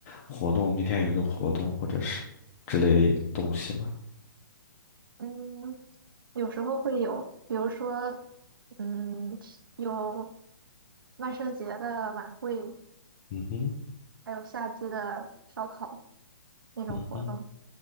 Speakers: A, on the left; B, on the right.
A: 活动，明天有一个活动，或者是之类的东西吗？
B: 嗯，有时候会有，比如说，嗯，有万圣节的晚会，
A: 嗯哼，
B: 还有夏季的烧烤，那种活动。
A: 嗯哼，